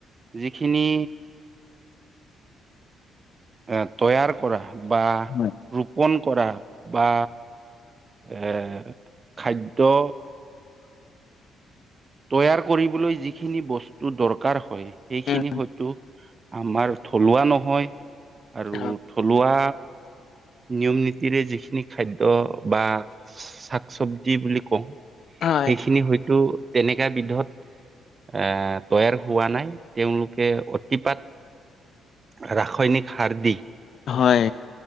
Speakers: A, on the right; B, on the left.
A: যিখিনি এ' তৈয়াৰ কৰা, বা
B: হয়।
A: ৰোপন কৰা, বা এ' খাদ্য তৈয়াৰ কৰিবলৈ যিখিনি বস্তু দৰকাৰ হয়। সেইখিনি
B: উম
A: হয়তো আমাৰ থলুৱা নহয়। আৰু
B: হয়।
A: থলুৱা নিয়ম-নীতিৰে যিখিনি খাদ্য বা শাক চব্জি বুলি কওঁ। সেইখিনি
B: হয়,
A: হয়তো তেনেকা বিধত এ, তৈয়াৰ হোৱা নাই, তেওঁলোকে অতিপাত ৰাসায়নিক সাৰ দি
B: হয়।